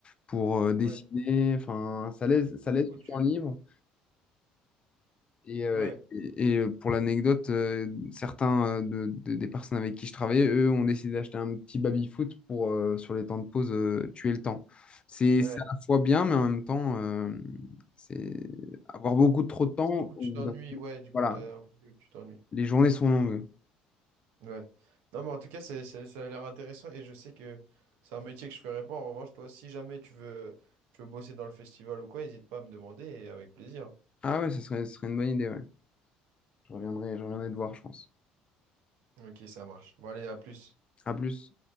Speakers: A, on the left; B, on the right.
A: pour euh,
B: Ouais.
A: dessiner, enfin ça laisse, ça
B: Mais
A: laisse
B: du coup,
A: du
B: tu...
A: temps libre. Et, euh,
B: Ouais.
A: et, et, euh, pour l'anecdote, euh, certains euh, de- de- des personnes avec qui je travaillais, eux, ont décidé d'acheter un petit baby-foot pour, euh, sur les temps de pause, euh, tuer le temps. C'est
B: Ouais.
A: c'est à la fois bien, mais en même temps, euh, c'est avoir beaucoup trop de temps.
B: Du coup,
A: au
B: tu
A: bout
B: t'ennuies,
A: d'un moment,
B: ouais, du
A: Voilà,
B: coup, t'as... ok, ok, tu t'ennuies.
A: les journées sont longues.
B: Ouais. Non, mais en tout cas, c'est, c'est- ça a l'air intéressant et je sais que c'est un métier que je ferais pas. En revanche, toi, si jamais tu veux, tu veux bosser dans le festival ou quoi, n'hésite pas à me demander et avec plaisir.
A: Ah ouais, ce serait, ce serait une bonne idée, ouais. Je reviendrai, je reviendrai te voir, je pense.
B: Ok, ça marche. Bon, allez, à plus.
A: À plus.